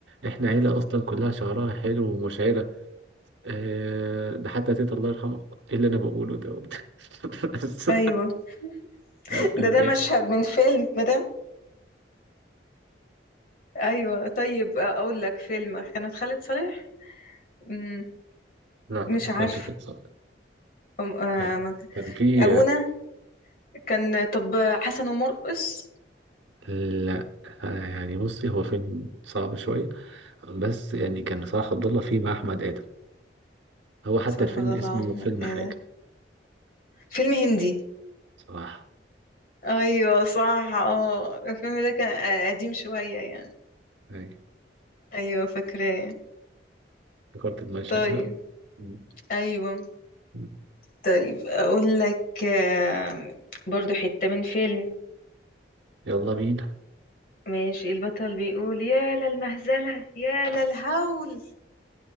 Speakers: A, on the right; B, on the left.
A: احنا عيلة اصلا كلها شعرها حلو ومشعرة آه، ده حتى تيتا الله يرحمها ايه اللي انا بقوله ده <laughs> بس
B: ايوه <laughs>
A: كان في الجاي
B: ده ده مشهد من فيلم ده ايوه طيب اقول لك فيلم كانت خالد صالح مم،
A: لا
B: مش
A: ما
B: عارف
A: كانش فيلم صعب
B: أم- آه،
A: يعني
B: ما ك-
A: كان في
B: ابونا كان طب حسن ومرقص
A: لا آه، يعني بصي هو فيلم صعب شوية بس يعني كان صلاح عبد الله فيه مع أحمد آدم هو حتى
B: صح
A: الفيلم
B: عبد الله
A: اسمه
B: احمد
A: فيلم
B: ادم
A: حاجة
B: فيلم هندي
A: صراحة
B: ايوه صح اه الفيلم ده كان آه، قديم شويه يعني
A: أي
B: ايوه فاكراه
A: افتكرت المشهد
B: طيب
A: ده مم.
B: ايوه
A: مم.
B: طيب اقول لك آه، برضو حته من فيلم
A: يلا بينا
B: ماشي البطل بيقول يا للمهزله يا للهول